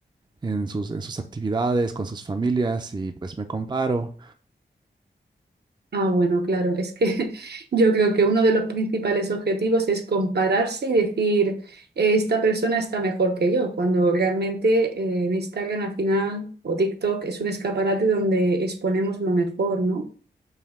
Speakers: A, on the right; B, on the right.
A: en sus, en sus actividades, con sus familias y pues me comparo.
B: Ah, bueno, claro, es que <laughs> yo creo que uno de los principales objetivos es compararse y decir, "Eh, esta persona está mejor que yo, cuando realmente eh, en Instagram al final o TikTok es un escaparate donde exponemos lo mejor, ¿no?